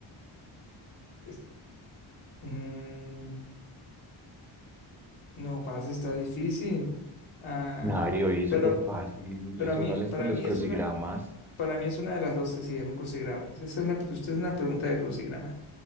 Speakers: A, on the left (about 75°); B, in the centre.
A: Es- mm, no, parce, está difícil. Ah,
B: Ay, oí,
A: pero,
B: súper fácil.
A: pero
B: Eso
A: a mí,
B: sale
A: para
B: hasta en
A: mí
B: los crucigramas.
A: es una, para mí es una de las dos, sí, es un crucigrama. Esa es una, usted es una pregunta de crucigrama.